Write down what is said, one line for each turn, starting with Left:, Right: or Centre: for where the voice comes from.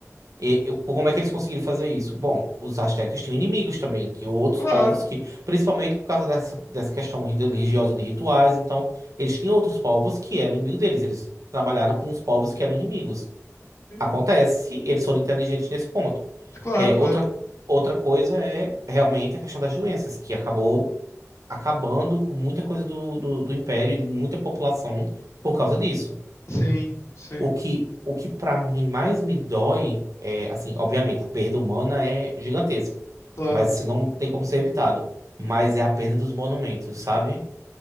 Right: E, eu- como é que eles conseguiram fazer isso? Bom, os astecas tinham inimigos também, tinham outros
Left: Claro,
Right: povos que, principalmente por causa dessa, dessa questão religiosa de rituais, então, eles tinham outros povos que eram inimigos deles, eles trabalharam com os povos que eram inimigos.
Left: sim,
Right: Acontece, eles foram inteligentes nesse ponto.
Left: claro,
Right: É,
Left: claro.
Right: outra, outra coisa é realmente a questão das doenças, que acabou acabando com muita coisa do, do, do império e de muita população por causa disso.
Left: Sim, sim,
Right: O que, o que para mim mais me dói é, assim, obviamente, a perda humana é gigantesca,
Left: claro.
Right: mas isso não tem como ser evitado. Mas é a perda dos monumentos, sabe?